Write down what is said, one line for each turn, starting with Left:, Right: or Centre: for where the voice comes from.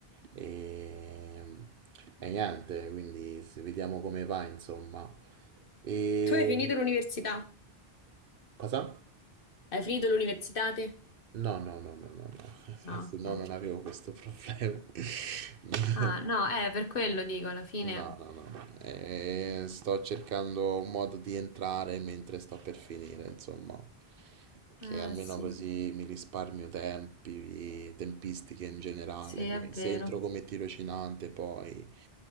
Right: E, e niente, quindi se- vediamo come va, insomma. E
Left: Tu hai finito l'università?
Right: cosa?
Left: Hai finito l'università te?
Right: No, no, no, no, no, no,
Left: Ah,
Right: <laughs> se no
Left: ok.
Right: non avevo questo problema. <laughs>
Left: Ah, no, eh, per quello dico, alla fine.
Right: No, no, no, no. Eh, sto cercando un modo di entrare mentre sto per finire, insomma, che
Left: Eh,
Right: almeno
Left: sì,
Right: così mi risparmio tempi, tempistiche in generale,
Left: sì, è
Right: che
Left: vero.
Right: se entro come tirocinante poi,